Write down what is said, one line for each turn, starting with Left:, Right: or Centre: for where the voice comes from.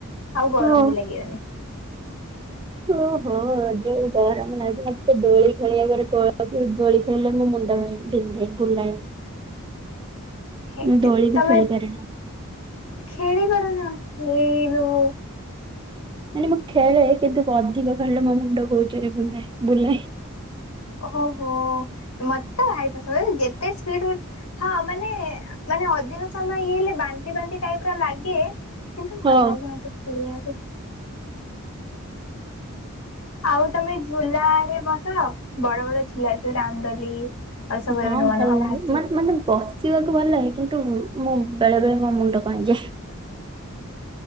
Left: ଆଉ ଗରମ
Right: ହଁ।
Left: ବି ଲାଗିବନି।
Right: ଓହୋ ଯୋଉ ଗରମ ଲାଗୁଛି ମତେ ଦୋଳି ଖେଳିବା ପରେ ଦୋଳି ଖେଳିଲେ ମୋ ମୁଣ୍ଡ। <unintelligible> ଧିକ୍ ଧିକ୍ ବୁଲାଏ।
Left: <inaudible> ହେ
Right: ମୁଁ ଦୋଳି ବି
Left: ତମେ
Right: ଖେଳି ପାରେନା।
Left: ଖେଳି ପାରୁନ ହେଇଲୋ ବୋଉ।
Right: ମାନେ ମୁଁ ଖେଳେ କିନ୍ତୁ ଅଧିକ ଖେଳିଲେ ମୋ ମୁଣ୍ଡ ବହୁ ଜୋରରେ ବୁନ୍ଦାଏ ବୁଲାଏ।
Left: ଓହୋ ମତେ ଭାରି ପସନ୍ଦ। ଯେତେ ସ୍ପିଡ୍ ହଁ ମାନେ ମାନେ ଅଧିକ ସମୟ ଇଏ ହେଲେ ବାନ୍ତି ବାନ୍ତି ଟାଇପ୍ ର ଲାଗେ। କିନ୍ତୁ ଭଲ
Right: ହଁ।
Left: ଲାଗେ ମୋତେ ଖେଳିବାକୁ। ଆଉ ତମେ ଝୁଲା ରେ ବସୁନ ବଡ ବଡ ଝୁ ଥିଲା ଯୋଉ ରାମଦୋଲି ଆଉ ସବୁ
Right: ହଁ
Left: ଏବେ ନୂଆ
Right: ଭଲ
Left: ନୂଆ
Right: ଲାଗେ
Left: ବାହାରିଚି।
Right: ମତେ ମତେ ବସିବାକୁ ଭଲ ଲାଗେ କିନ୍ତୁ ମୁଁ ବେଳେ ବେଳେ ମୋ ମୁଣ୍ଡ କଣ ହେଇଯାଏ।